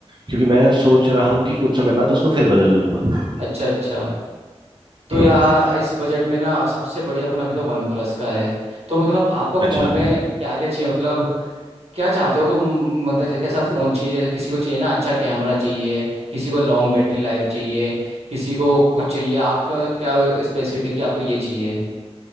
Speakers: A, on the right; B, on the right.
A: क्योंकि मैं सोच रहा हूँ कि कुछ समय बाद उसको फिर बदल दूंगा
B: अच्छा अच्छा तो
A: हम्म,
B: यार इस बजट में ना सबसे बढ़िया फ़ोन अभी तो वन प्लस का है तो मतलब आपको
A: अच्छा
B: फ़ोन में क्या क्या चाहिए मतलब क्या चाहते हो तुम मतलब जैसे कैसा फ़ोन चाहिए जैसे किसी को चाहिए ना अच्छा कैमरा चाहिए किसी को लॉन्ग बैटरी लाइफ चाहिए किसी को कुछ चाहिए आपके मतलब क्या स्पेसिफिक है कि आपको ये चाहिए